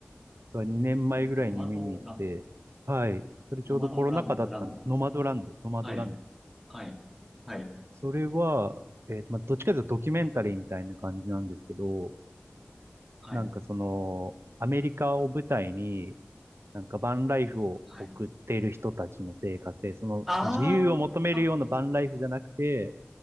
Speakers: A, on the right (about 80°); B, in the centre.
A: が2年前ぐらいに見に行って、
B: ノノマドランド、
A: はい。それちょうどコロナ禍だったんノマドランド、
B: ノマドランド、ランド。
A: ノマドランド。
B: はい。はい。はい。
A: それは、えっと、まあ、どっちかというとドキュメンタリーみたいな感じなんですけど、
B: はい。
A: なんかその、アメリカを舞台に、なんかバンライフを送っている人たちの生活で、
B: はい。
A: その自由を求めるようなバンライフじゃなくて、
B: ああ。あ、